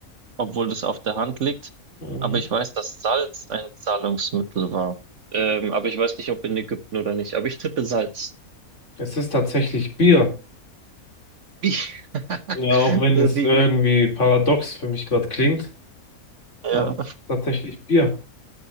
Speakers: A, on the right; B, on the left.
A: obwohl das auf der Hand liegt.
B: Mhm.
A: Aber ich weiß, dass Salz ein Zahlungsmittel war. Ähm, aber ich weiß nicht, ob in Ägypten oder nicht. Aber ich tippe Salz.
B: Es ist tatsächlich Bier.
A: Wie?
B: Ja,
A: <laughs>
B: auch wenn es
A: Wie?
B: irgendwie paradox für mich gerade klingt,
A: Ja.
B: aber tatsächlich Bier.